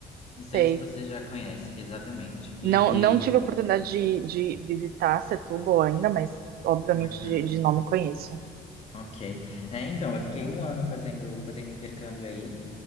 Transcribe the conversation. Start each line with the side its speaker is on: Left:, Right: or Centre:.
Left: Não sei
Right: Sei.
Left: se você já conhece exatamente. E
Right: Não, não tive a oportunidade de, de visitar Setúbal ainda, mas obviamente
Left: bacana.
Right: de, de nome conheço.
Left: Ok. É, então, eu fiquei um ano fazendo, fazendo intercâmbio aí.